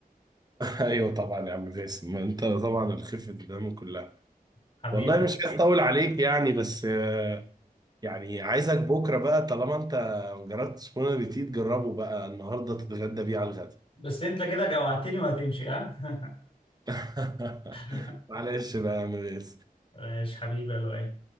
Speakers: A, on the right (about 25°); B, on the left (about 35°).
A: ايوه طبعا يا عم باسم ما انت طبعا الخفه الدم كلها
B: حبيبي
A: والله مش عايز اطول عليك يعني بس آه، يعني عايزك بكره بقى طالما انت ما جربتش بون ابيتيت جربه بقى النهارده تتغدى بيه على الغدا
B: بس انت كده جوعتني وهتمشي ها
A: <laughs>
B: <laughs>
A: معلش بقى يا عم ياسر
B: ماشي حبيبي يا لؤي